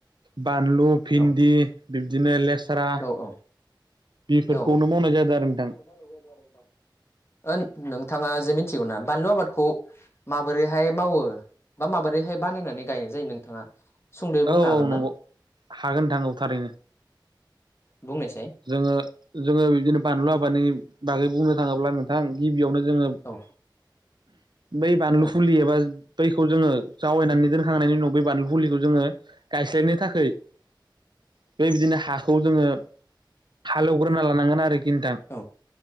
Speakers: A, on the right; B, on the left.
A: बानलु भिन्दि
B: औ
A: बिब्दिनो लेस्रा।
B: औ औ
A: बेफोरखौनो
B: औ
A: मावनाय जादों आरो।
B: <unintelligible>
A: नोंथां
B: ओ नोंथाङा जे मिथिगौ ना बानलु आबादखौ माबोरैहाय मावो? बा माबोरैहाय बानायनानै गायनाय जायो नोंथाङा। सुंद'यै बुंनो
A: औ
B: हागोन
A: औ नंगौ
B: ना?
A: हागोन नोंथां औ थारैनो।
B: बुंनायसाय
A: जोङो जोङो बिदिनो बानलु बानलु आबादनि बागै बुंनो थाङोबा नोंथां गिबियावनो जोंयो
B: औ
A: बै बानलु
B: औ
A: फुलि एबा बैखौ जोङो जावायनानै दोनखांनायनि उनाव बै बानलु फुलिखौ जोङो गायस्लायनो थाखै बे बिदिनो हाखौ जोङो हालौग्रोना लानांगोन आरोखि नोंथां।
B: औ।